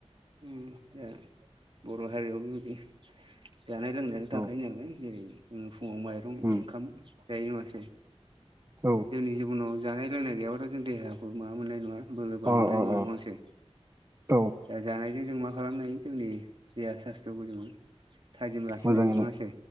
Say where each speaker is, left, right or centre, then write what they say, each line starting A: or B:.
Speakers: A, on the right; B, on the right.
A: <unintelligible> जानाय लोंनायाथ' थाखायो
B: औ
A: नालाय जेरै माइरं
B: उम
A: ओंखाम जायो नङासे
B: औ
A: जोंनि जिबनाव जानाय लोंनाय गैयाबाथ' जों देहाखौ माबा मोननाय नङा बोलोबान
B: अ
A: मोननाय
B: अ
A: नङा
B: अ
A: नङासे
B: औ
A: जानायजों जों मा खालामनो हायो जोंनि देहा सास्थ्र'खौ जोङो थाजिम लाखिनो
B: मोजाङैनो
A: हायो नङासै